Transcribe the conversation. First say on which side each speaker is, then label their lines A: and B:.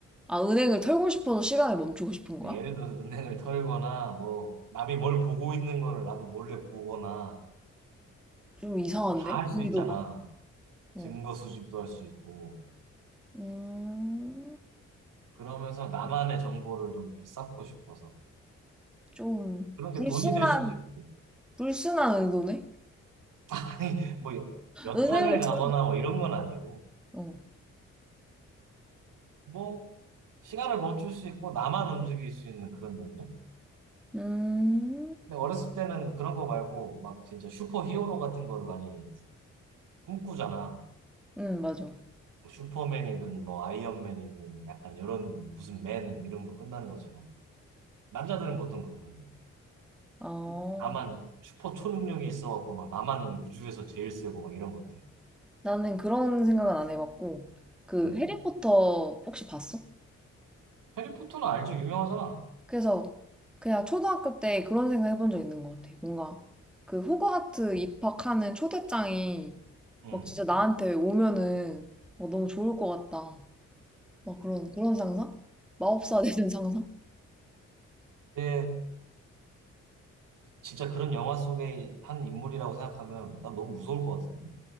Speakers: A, in the centre; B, on the right.
A: 아, 은행을 털고 싶어서 시간을 멈추고 싶은 거야?
B: 그러니까 예를 들어서 은행을 털거나 뭐 남이 뭘 보고 있는 거를 나도 몰래 보거나
A: 좀 이상한데?
B: 뭐 다 할 수
A: 의도가.
B: 있잖아
A: 어.
B: 증거 수집도 할 수 있고
A: 음,
B: 그러면서 나만의 정보를 좀 쌓고 싶어서
A: 좀
B: 그런 게
A: 불순한,
B: 돈이 될 수도 있고
A: 불순한 의도네?
B: 아니, 뭐, 여- 여탕을
A: 은행을
B: 가거나
A: 털,
B: 뭐 이런 건 아니고,
A: 어.
B: 뭐, 시간을 멈출 수 있고, 나만 움직일 수 있는 그런 능력?
A: 음,
B: 근데 어렸을 때는 그런 거 말고, 막 진짜 슈퍼 히어로 같은 거를 많이 꿈꾸잖아.
A: 음, 맞아.
B: 뭐 슈퍼맨이든, 뭐, 아이언맨이든, 약간 이런 무슨 맨 이런 거 끝나는 것처럼. 남자들은 보통 그렇거든.
A: 아,
B: 나만 슈퍼 초능력이 있어갖고, 막 나만 우주에서 제일 세고, 막 이런 것들.
A: 나는 그런 생각은 안 해봤고, 그
B: 음.
A: 해리포터 혹시 봤어?
B: 해리포터는 알지? 유명하잖아.
A: 그래서 그냥 초등학교 때 그런 생각 해본 적 있는 것 같아. 뭔가 그 호그와트 입학하는 초대장이
B: 음.
A: 막 진짜 나한테 오면은 막 너무 좋을 것 같다. 막 그런, 그런 상상? 마법사 되는 상상?
B: 근데 진짜 그런 영화 속의 한 인물이라고 생각하면 난 너무 무서울 것 같은데?